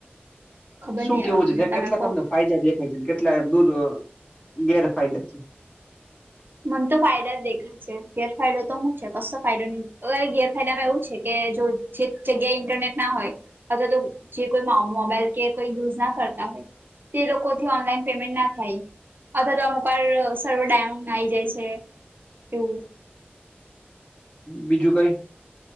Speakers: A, on the right; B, on the left.
A: ખબર
B: શું
A: નહીં
B: કેવું
A: હવે મને
B: છે
A: તમે
B: કેટલા
A: કહો
B: તમને ફાયદા દેખાય છે કેટલા દૂર ગેરફાયદા છે.
A: મને તો ફાયદા દેખાઈ. ગેરફાયદો તો શું છે કશો ફાયદો નહિ ગેરફાયદા માં એવું છે કે જો જે- - જગ્યાએ ઇન્ટરનેટ ના હોય અથવા તો જે કોઈ મોબાઈલ કે કોઈ યુઝ ના કરતા હોય. તે લોકોથી ઓનલાઈન પેમેન્ટ ના થાય અથવા તો અમુક સર્વ ડાઉન- - આવી જાય છે એવું.
B: બીજું કઈ?